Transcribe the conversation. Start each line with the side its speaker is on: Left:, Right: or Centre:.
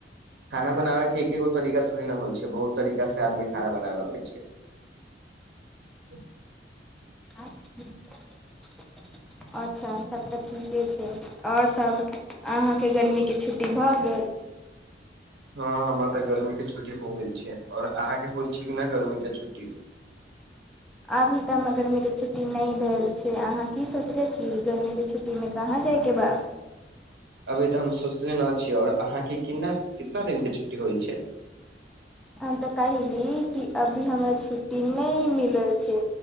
Right: खाना बनाबे के एकेगो तरीका थोड़े न होइ छै बहुत तरीका से आदमी खाना बनाब अबै छै <inaudible>
Centre: <inaudible> अच्छा तब तऽ ठीके छै और सभ अहाँकेँ गर्मी केँ छुट्टी भऽ गेल
Right: हँ हमरा तऽ गर्मी केँ छुट्टी हो गेल छै औरअहाँकेँ होल छै कि न गर्मी केँ छुट्टी
Centre: अभी तऽ हम गर्मी केँ छुट्टी नहि भेल छै अहाँ की सोचलने छी गर्मी केँ छुट्टी कहाँ जा जाय केँ बाऽ
Right: अभी तऽ हम सोचले न छीयै आओर अहाँकेँ किना कितना दिन केँ छुट्टी होल छै
Centre: हम तऽ कहली कि अभी हमरा छुट्टी नहि मिलल छै